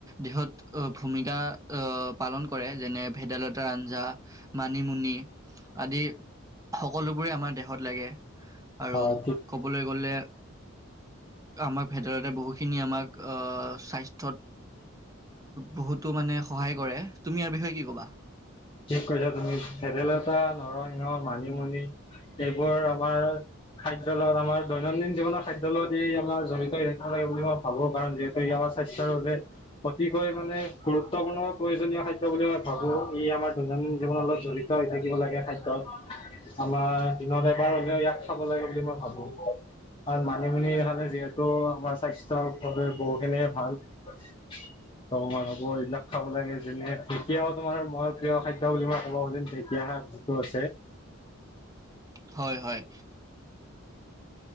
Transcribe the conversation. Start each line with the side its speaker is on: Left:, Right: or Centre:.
Right: দেহত ভূমিকা অহ পালন কৰে। যেনে -ভেদাইলতাৰ আঞ্জা, মানিমুনি আদি সকলোবোৰে আমাৰ দেহত লাগে। আৰু
Left: অ ঠিক
Right: ক'বলৈ গলে আমাক ভেদাইলতাই বহুখিনি আমাক অহ, স্বাস্থ্যত বহুতো মানে সহায় কৰে। তুমি ইয়াৰ বিষয়ে কি ক'বা
Left: ঠিক কৈছা তুমি। ভেদাইল তা নৰসিংহ, মানিমুনি এইবোৰ আমাৰ খাদ্যৰ লগত, আমাৰ দৈনন্দিন জীৱনৰ খাদ্যৰ লগত ই আমাৰ জড়িত হৈ থাকিব লাগে বুলি মই ভাবো। কাৰণ যিহেতু ই আমাৰ স্বাস্থ্যৰ বাবে অতিকৈ মানে গুৰুত্বপূৰ্ণ প্ৰয়োজনীয় খাদ্য বুলি মই ই আমাৰ দৈনন্দিন জীৱন অলপ জড়িত হৈ থাকিব লাগে খাদ্যত। আমাৰ দিনতে এবাৰ হ'লেও ইয়াক খাব লাগে বুলি মই ভাবো। আৰু মানিমুনি খালে যিহেতু আমাৰ স্বাস্থ্যৰ ভাৱে বহুখিনিয়ে ভাল। ত' মই ভাবো এইবিলাক খাব লাগে যেনে ঢেকীয়াও তোমাৰ মই প্ৰিয় খাদ্য বুলি মই ক'ব খুজিম। ঢেকীয়া- শাক যিটো আছে
Right: হয় - হয়।